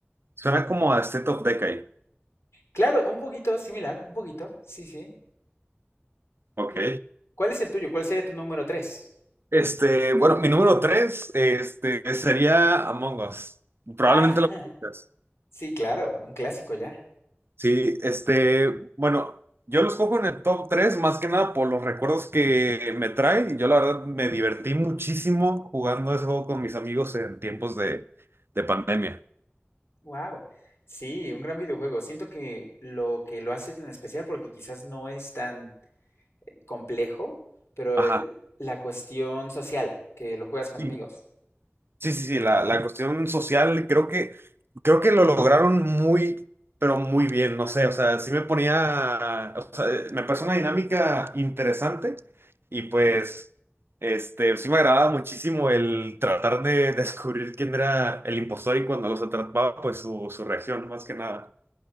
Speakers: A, on the right (about 65°); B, on the left (about 80°).
A: Suena como a State of Decay.
B: Claro, un poquito similar, un poquito, sí, sí.
A: Ok.
B: ¿Qué- ¿Cuál es el tuyo? ¿Cuál sería tu número tres
A: Este, bueno, mi número tres, este, sería Among Us. Probablemente
B: Ah,
A: lo
B: <laughs>
A: conozcas.
B: sí, claro, un clásico ya.
A: Sí, este, bueno, yo los cojo en el top tres más que nada por los recuerdos que me trae. Yo la verdad me divertí muchísimo jugando ese juego con mis amigos en tiempos de, de pandemia.
B: Wow. Sí, un gran videojuego. Siento que lo que lo hace tan especial, porque quizás no es tan complejo, pero
A: Ajá.
B: el- la cuestión social, que lo juegas con
A: Sí,
B: amigos.
A: sí, sí, sí, la, la cuestión social creo que, creo que lo lograron muy, pero muy bien, no sé, o sea, sí me ponía, o sea, eh, me pareció una dinámica interesante y pues, este, sí me agradaba muchísimo el tratar de descubrir quién era el impostor y cuando los atrapaba, pues su, su reacción, más que nada.